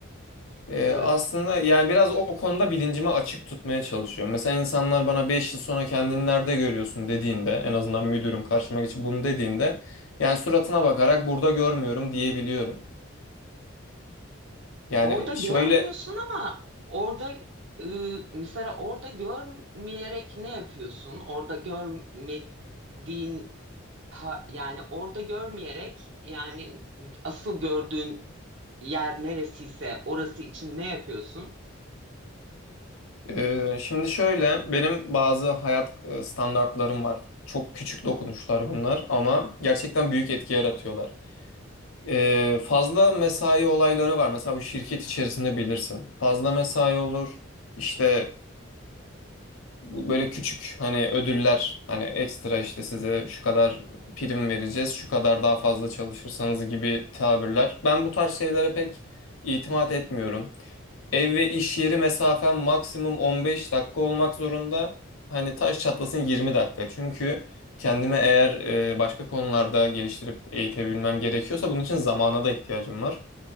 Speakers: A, on the left; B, on the right.
A: Ee,
B: Evet.
A: aslında yani biraz o konuda bilincimi açık tutmaya çalışıyorum. Mesela insanlar bana 5 yıl sonra kendini nerede görüyorsun dediğinde en azından müdürüm karşıma geçip bunu dediğinde yani suratına bakarak burada görmüyorum diyebiliyorum. Yani
B: Orada görmüyorsun
A: şöyle
B: ama orada e, mesela orada görmeyerek ne yapıyorsun? Orada görmediğin ha- yani orada görmeyerek yani asıl gördüğün yer neresiyse orası için ne yapıyorsun?
A: e, şimdi şöyle benim bazı hayat e, standartlarım var. Çok küçük dokunuşlar bunlar ama gerçekten büyük etki yaratıyorlar. Ee, fazla mesai olayları var. Mesela bu şirket içerisinde bilirsin. Fazla mesai olur. İşte Bu Böyle küçük hani ödüller hani ekstra işte size şu kadar prim vereceğiz, şu kadar daha fazla çalışırsanız gibi tabirler. Ben bu tarz şeylere pek itimat etmiyorum. Ev ve iş yeri mesafem maksimum 15 dakika olmak zorunda. Hani taş çatlasın 20 dakika. Çünkü kendime eğer e, başka konularda geliştirip eğitebilmem gerekiyorsa bunun için zamana da ihtiyacım var.